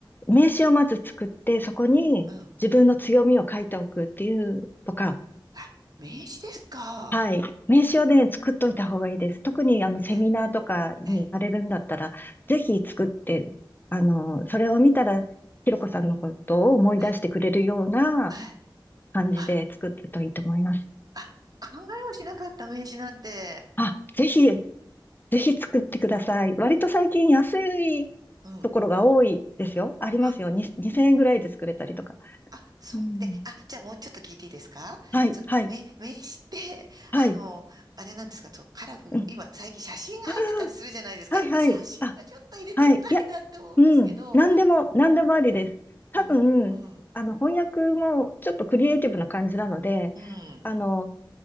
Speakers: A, on the left; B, on the right.
A: 名刺をまず作って、そこに自分の強みを書いておくっていうとか、
B: うん、うん。あ、名刺ですか。
A: はい。名刺をね、作っといた方がいいです。特にあのセミナーとかに行かれるんだったら、
B: え、え、
A: ぜひ作って、あの、それを見たら、ひろこさんのことを思い出してくれるような
B: え、え、あ、
A: 感じで作ってるといいと思います。
B: あ、あ考えもしなかった名刺なんて。
A: あ、ぜひ、ぜひ作ってください。割と最近安い
B: うん。
A: ところが多いですよ。ありますよ。
B: あ、
A: に2000円ぐらいで作れたりとか。
B: あ、そう、
A: うん。
B: で、あ、じゃあもうちょっと聞いていいですかその、
A: はい、はい、
B: め、名刺って、
A: はい。
B: あの、あれなんですか、そう、カラフル、
A: うん。
B: 今、最近写真が入ってたりするじゃないですか。
A: ああ、はい、はい。
B: 写真はちょっと入れたくないなって思うんですけど。
A: あ、はい。いや、うん。何でも、何でもありです。多分、
B: うん、うん、
A: あの、翻訳もちょっとクリエイティブな感じなので、
B: うん、
A: あの、